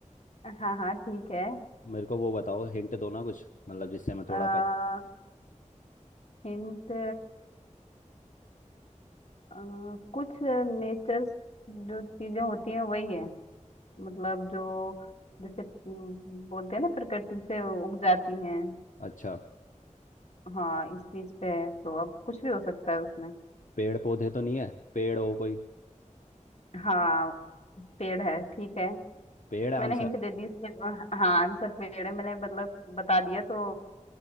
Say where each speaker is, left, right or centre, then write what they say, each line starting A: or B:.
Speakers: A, on the left; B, on the left.
A: हाँ हाँ ठीक है
B: मेरे को वो बताओ हिंट दो ना कुछ मतलब जिससे मैं
A: आ,
B: थोड़ा पहचान
A: हिंट कुछ नेचर जो चीजें होती हैं वही है मतलब जो जैसे अम, बोलते हैं ना प्रकृति से उग जाती हैं
B: अच्छा
A: हाँ इस चीज पे है तो अब कुछ भी हो सकता है उसमें
B: पेड़ पौधे तो नहीं है पेड़ हो कोई
A: हाँ पेड़ है ठीक है
B: पेड़ आंसर
A: मैंने हिंट दे दी इसके हाँ आंसर पेड़ है मैंने मतलब बता दिया तो